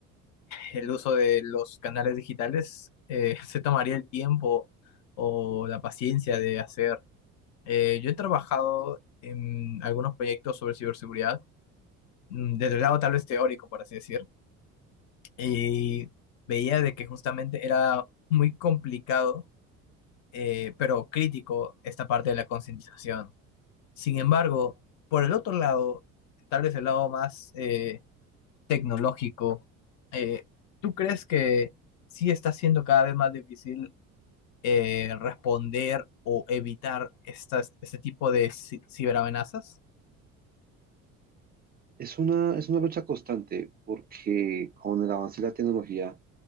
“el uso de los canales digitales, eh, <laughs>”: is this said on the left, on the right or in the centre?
Left